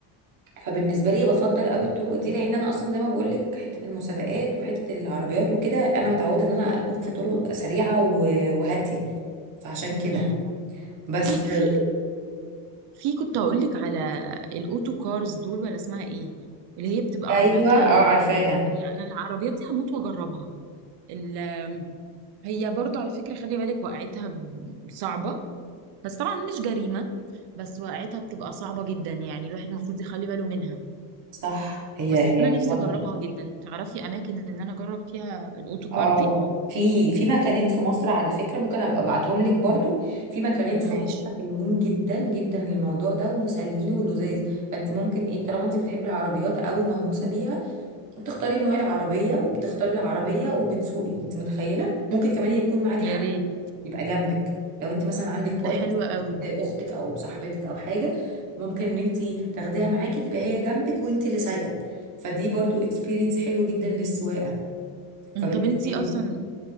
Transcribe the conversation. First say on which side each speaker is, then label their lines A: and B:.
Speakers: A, on the right; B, on the right.
A: فبالنسبه لي بفضل قوي الطرق دي لان انا اصلا زي ما بقول لك حته المسابقات وحته العربيات وكده انا متعوده ان انا اكون في طرق سريعه و- وهاديه فعشان كده
B: امم
A: بس
B: في في في كنت هقول لك على الاوتو كارز دول ولا اسمها ايه اللي هي بتبقى
A: ايوه
B: عربيات
A: اه
B: ال...
A: عارفاها
B: يعني انا العربيات دي هموت واجربها ال... هي برضو على فكرة خلي بالك وقعتها ب- صعبة بس طبعا مش جريمة بس وقعتها بتبقى صعبة جدا يعني الواحد المفروض يخلي باله منها
A: صح هي
B: بس
A: هي
B: انا نفسي
A: خطر
B: اجربها جدا تعرفي اماكن ان انا اجرب فيها الاوتو كار
A: اه
B: دي
A: في في مكانين في مصر على فكرة ممكن ابقى ابعتهم لك برضو في مكانين في
B: ماشي
A: مصر حلوين جدا جدا للموضوع ده ومسلين ولذاذ فانت ممكن ايه طالما انت بتحبي العربيات قوي ومهووسة بيها بتختاري النوع العربية وبتختاري العربية وبتسوقي انت متخيلة ممكن كمان يكون معاكي
B: يا
A: حد
B: ريت
A: يبقى جنبك لو انت مثلا عندك بارتنر
B: ده حلو قوي
A: او حد- اختك او صاحبتك او حاجة ممكن ان انت تاخديها معاكي تبقى هي جنبك وانت اللي سايقة فدي برضو اكسبيرينس حلوة جدا للسواقة فبالنسبة
B: أمم. طب انتي
A: لي
B: اصلا